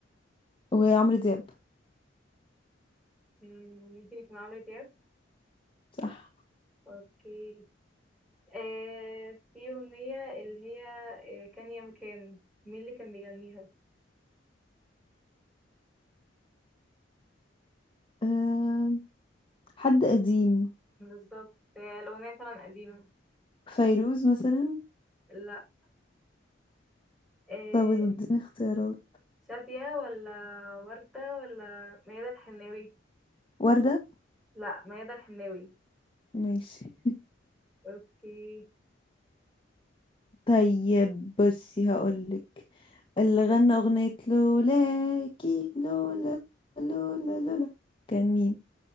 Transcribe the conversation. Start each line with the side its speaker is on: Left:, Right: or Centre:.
Left: وعمرو دياب
Centre: مم، ممكن يكون عمرو دياب
Left: صح
Centre: اوكي آه في أغنية اللي هي آه كان يا مكان مين اللي كان بيغنيها
Left: آم، حد قديم
Centre: بالظبط آه، الأغنية فعلا قديمة
Left: فيروز مثلا
Centre: لا آه،
Left: طب اديني اختيارات
Centre: شادية ولا وردة ولا ميادة الحناوي
Left: وردة
Centre: لا ميادة الحناوي
Left: ماشي
Centre: اوكي
Left: طيب بصي هقولك اللي غنى أغنية لولاكي لولا لولا لولا كان مين